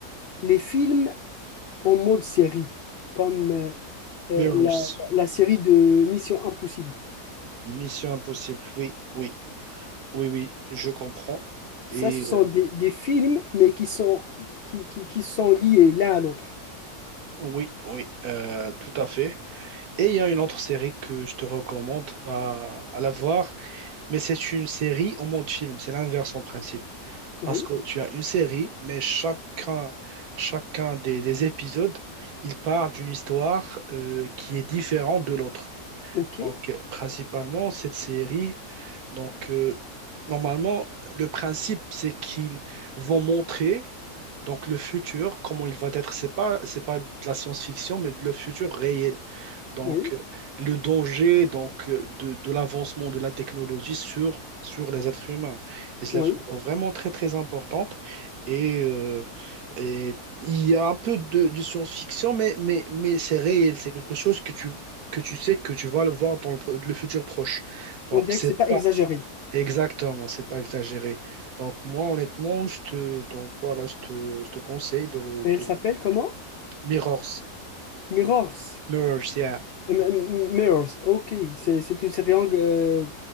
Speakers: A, on the left; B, on the right.
A: les films en mode série, comme euh, euh,
B: Mirrors.
A: la, la série de Mission Impossible.
B: Mission Impossible. Oui, oui, oui, oui, je comprends. Et
A: Ça, ce sont
B: euh,
A: des, des films, mais qui sont, qui, qui, qui sont liés l'un à l'autre.
B: oui, oui, euh, tout à fait. Et il y a une autre série que je te recommande à, à la voir. mais c'est une série au mode film, c'est l'inverse en principe. Parce
A: Oui,
B: que tu as une série, mais chacun, chacun des, des épisodes, il part d'une histoire euh, qui est différente de l'autre.
A: ok,
B: Donc, principalement, cette série, donc, euh, normalement, le principe, c'est qu'ils vont montrer donc, le futur, comment il va être. C'est pas, c'est pas de la science-fiction, mais de le futur réel. Donc,
A: oui,
B: euh, le danger donc, euh, de, de l'avancement de la technologie sur, sur les êtres humains. Les
A: oui.
B: êtres humains sont vraiment très, très importante. Et, euh, et il y a un peu de, de science-fiction, mais, mais, mais c'est réel. C'est quelque chose que tu que tu sais que tu vas le voir dans le, pro- le futur proche. Donc,
A: On dirait
B: c'est
A: que c'est pas
B: pas
A: exagéré.
B: exactement, c'est pas exagéré. Donc, moi, honnêtement, je te, donc, voilà, je te, je te conseille de,
A: Elle
B: de-
A: s'appelle comment?
B: Mirrors.
A: Mirrors.
B: Mirrors, yeah.
A: M- M- Mirrors, ok, c'est c'est une série ang- euh,